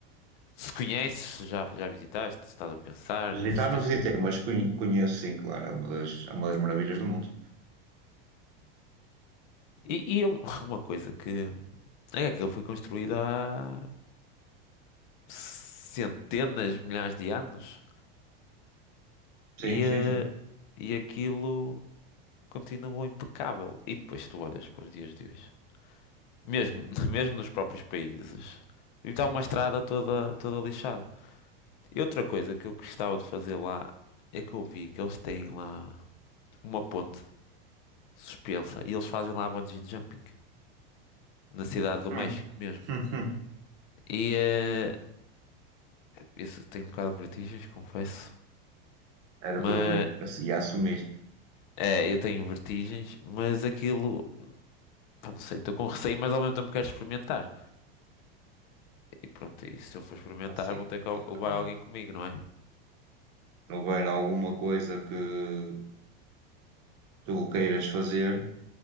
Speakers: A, on the left; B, on the right.
A: se conheces, se já, já visitaste, se estás a pensar,
B: Visitar
A: se tens.
B: não visitei, mas conhe- conheço sim, claro, é uma das, é uma das maravilhas do mundo.
A: E, e um- <laughs> uma coisa que é que aquilo foi construído há centenas, milhares de anos
B: Sim,
A: e,
B: sim,
A: eh,
B: sim.
A: e aquilo continua impecável. E depois tu olhas para os dias de hoje. Mesmo, <laughs> mesmo nos próprios países. E está uma estrada toda, toda lixada. E outra coisa que eu gostava de fazer lá é que eu vi que eles têm lá uma ponte suspensa e eles fazem lá bungee jumping. Na cidade do
B: Hum,
A: México mesmo.
B: hum, hum.
A: E eh, isso tem um bocado de vertigens, confesso.
B: Era
A: Mas
B: o que eu ass- ia assumir.
A: é, eu tenho vertigens, mas aquilo, pá, não sei, estou com receio, mas ao mesmo tempo quero experimentar. E pronto, e se eu for experimentar,
B: Assim,
A: vou ter que al- levar
B: ah,
A: alguém comigo, não é?
B: se houver alguma coisa que tu queiras fazer,